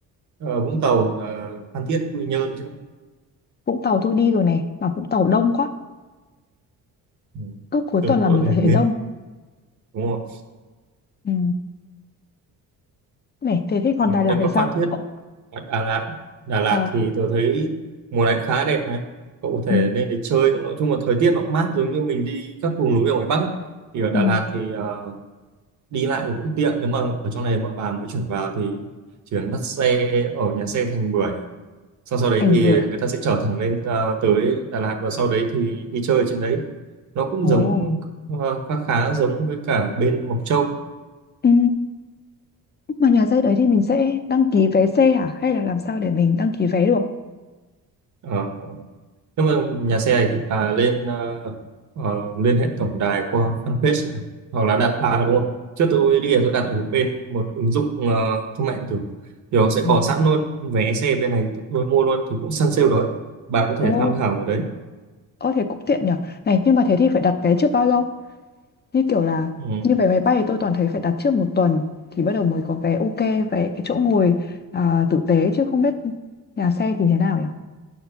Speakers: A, on the right; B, on the left.
A: ờ, Vũng Tàu, ờ, Phan Thiết, Quy Nhơn chưa?
B: Vũng Tàu tôi đi rồi này, mà Vũng Tàu đông quá.
A: Ừ.
B: Cứ cuối
A: Đúng
B: tuần là
A: rồi.
B: mình lại thấy
A: <laughs>
B: đông.
A: Đúng không?
B: Ừ. Này, thế thế còn
A: Ừ,
B: Đà Lạt
A: Thế còn
B: thì sao?
A: Phan Thiết
B: Ờ,
A: Ở Đà Lạt Đà Lạt
B: ờ,
A: thì tôi thấy mùa này khá đẹp này cậu có thể
B: ừ,
A: nên để chơi nói chung là thời tiết nó cũng mát giống như mình đi các vùng núi ở ngoài Bắc ấy. thì ở Đà
B: ừ,
A: Lạt thì ờ, đi lại thì cũng tiện nếu mà ở trong này mà bà mới chuyển vào thì chỉ cần bắt xe ở nhà xe Thành Bưởi sau sau đấy
B: Thành
A: thì
B: Bưởi à?
A: người ta sẽ chở thẳng lên ờ, tới Đà Lạt và sau đấy thì đi chơi ở trên đấy nó cũng
B: Ồ,
A: giống ờ, khá khá giống với cả bên Mộc Châu
B: ừ. Mà nhà xe đấy thì mình sẽ đăng ký vé xe hả? Hay là làm sao để mình đăng ký vé được?
A: Ờ, Nhưng mà nhà xe này thì bà lên ờ, ờ, lên hệ tổng đài qua fanpage này. hoặc là đặt à đúng không? Trước tôi đi là tôi đặt ở bên một ứng dụng ờ, thương mại điện tử thì nó sẽ
B: À,
A: có sẵn luôn vé xe bên này tôi tôi mua luôn thì cũng săn sale đó. Bà có
B: Ồ,
A: thể tham khảo ở đấy.
B: ơ thế cũng tiện nhở Này, nhưng mà thế thì phải đặt vé trước bao lâu? Như kiểu là,
A: Ừ,
B: như vé máy bay thì tôi toàn thấy phải đặt trước một tuần thì bắt đầu mới có vé ok, vé chỗ ngồi à, tử tế chứ không biết nhà xe thì thế nào nhở